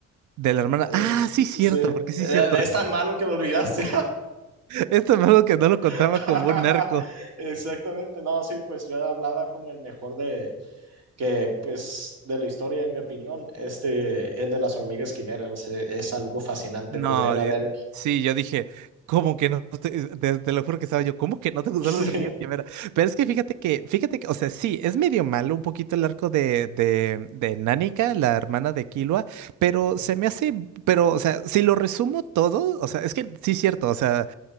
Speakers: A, on the right (about 75°); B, on the right (about 55°).
A: de la hermana.
B: Es-
A: Ah, sí, cierto,
B: Sí,
A: porque sí,
B: Eh,
A: cierto.
B: es tan malo que lo olvidaste.
A: Esto es algo que no lo contaba
B: <laughs>
A: como un narco.
B: Exactamente, no, sí, pues yo hablaba como el mejor de que, pues, de la historia, en mi opinión, este, el de las hormigas quimeras, eh, es algo fascinante.
A: No,
B: Podrían haber,
A: di- sí, yo dije, ¿cómo que no te, te- te lo juro que estaba yo, ¿cómo que no te gustan
B: <laughs> sí,
A: los servicios de primera? Pero es que fíjate que, fíjate que, o sea, sí, es medio malo un poquito el arco de, de, de Nánica, la hermana de Killua, pero
B: Ujú.
A: se me hace, pero, o sea, si lo resumo todo, o sea, es que sí es cierto, o sea